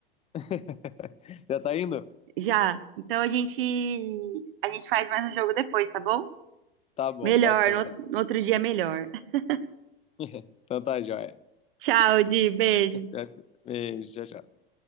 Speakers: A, on the left (about 20°); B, on the right (about 65°).
A: <laughs> Já tá indo?
B: Já. Então a gente. A gente faz mais um jogo depois, tá bom?
A: Tá bom,
B: Melhor,
A: pode ser
B: no,
A: então.
B: no outro dia melhor. <laughs>
A: <laughs> Então tá, joia.
B: Tchau, Di. Beijo.
A: Já- Beijo, tchau, tchau.